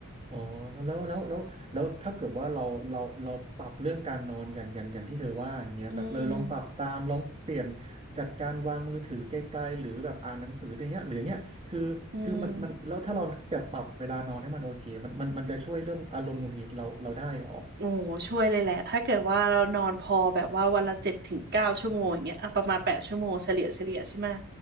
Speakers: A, on the right (about 25°); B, on the right (about 50°).
A: อ๋อแล้วแล้วแล้วแล้วถ้าเกิดว่าเราเราเราปรับเรื่องการนอนอย่างอย่างอย่างที่เธอว่าอย่างเงี้ยแบบเลยลองปรับตามลองเปลี่ยน
B: อืม
A: จัดการวางมือถือไกลๆหรือแบบอ่านหนังสืออย่างเงี้ยหรืออย่างเงี้ยคือคือมันมันแล้วถ้าเราแบบปรับเวลานอนให้มันโอเคมันมันมันจะช่วยเรื่องอารมณ์หงุดหงิดเราเราได้ออก
B: อืม โอ้ช่วยเลยแหละถ้าเกิดว่าเรานอนพอแบบว่าวันละเจ็ดถึงเก้าชั่วโมงอย่างเงี้ยอ่ะประมาณแปดชั่วโมงเฉลี่ยเฉลี่ยใช่ไหมะ